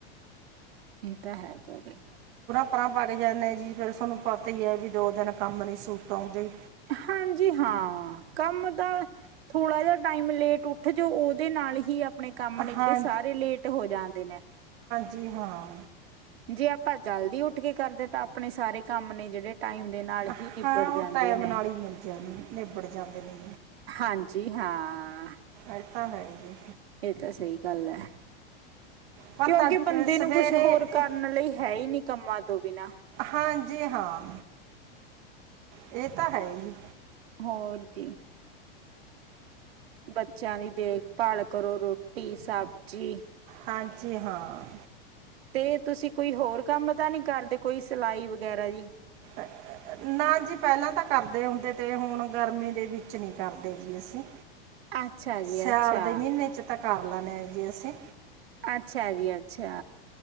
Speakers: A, on the right; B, on the right.
A: ਇਹ ਤਾਂ ਹੈ ਤਾਂ ਵਈ
B: ਕੱਪਰਾਂ ਪਗ ਜਾਂਦੇ ਜੀ, ਫਿਰ ਤੁਹਾਨੂੰ ਪਤਾ ਹੀ ਹੈ ਵੀ ਦੋ ਦਿਨ ਕੰਮ ਨਹੀਂ ਸੂਟ ਆਉਂਦੇ
A: ਹਾਂਜੀ ਹਾਂ ਕੰਮ ਤਾਂ ਥੋੜਾ ਜਿਹਾ ਟਾਈਮ ਲੇਟ ਉੱਠ ਜੋਓ, ਉਹਦੇ ਨਾਲ ਹੀ ਅਪਣੇ ਕੰਮ ਨੇ
B: ਹਾਂ
A: ਜਿਹੜੇ ਸਾਰੇ ਲੇਟ ਹੋ ਜਾਂਦੇ ਨੇ
B: ਜੀ ਹਾਂ।
A: ਜੇ ਆਪਾਂ ਜਲਦੀ ਉੱਠ ਕੇ ਕਰਦੇ ਤਾਂ ਅਪਣੇ ਸਾਰੇ ਕੰਮ ਨੇ ਜਿਹੜੇ ਟਾਈਮ ਦੇ ਨਾਲ
B: ਹਾਂ
A: ਹੀ ਨਿਬੜ ਜਾਂਦੇ
B: ਉਹ ਟਾਈਮ
A: ਨੇ
B: ਨਾਲ ਹੀ ਮਿਲ ਜਾਂ, ਨਿਬੜ ਜਾਂਦੇ ਨੇ
A: ਹਾਂਜੀ ਹਾਂ
B: ਇਹ ਤਾਂ ਹੈ ਜੀ
A: ਇਹ ਤਾਂ ਸਹੀ ਗੱਲ ਹੈ।
B: ਪਰ
A: ਕਿਉਂਕਿ
B: ਤੜਕੇ
A: ਬੰਦੇ
B: ਸਵੇਰੇ
A: ਨੂੰ ਕੁਛ ਹੋਰ ਕਰਨ
B: ਉ
A: ਲਈ ਹੈ ਹੀ ਨੀ ਕੰਮਾਂ ਤੋਂ ਬਿਨਾਂ
B: ਹਾਂਜੀ ਹਾਂ ਇਹ ਤਾਂ ਹੈ ਈ।
A: ਹੋਰ ਜੀ। ਬੱਚਿਆਂ ਦੀ ਦੇਖਭਾਲ ਕਰੋ ਰੋਟੀ ਸਬਜ਼ੀ
B: ਹਾਂਜੀ ਹਾਂ।
A: ਤੇ ਤੁਸੀਂ ਕੋਈ ਹੋਰ ਕੰਮ ਤਾਂ ਨਹੀਂ ਕਰਦੇ ਕੋਈ ਸਿਲਾਈ ਵਗੈਰਾ ਜੀ।
B: <inaudible> ਨਾ ਜੀ ਪਹਿਲਾਂ ਤਾਂ ਕਰਦੇ ਹੁੰਦੇ ਤੇ ਹੁਣ ਗਰਮੀ ਦੇ ਵਿੱਚ ਨੀ ਕਰਦੇ ਨੀ ਅਸੀਂ
A: ਅੱਛਾ ਜੀ
B: ਸਿਆਲ
A: ਅੱਛਾ
B: ਦੇ ਮਹੀਨੇ 'ਚ ਤਾਂ ਕਰ ਲੈਣੇ ਆ ਜੀ ਅਸੀਂ
A: ਅੱਛਾ ਜੀ ਅੱਛਾ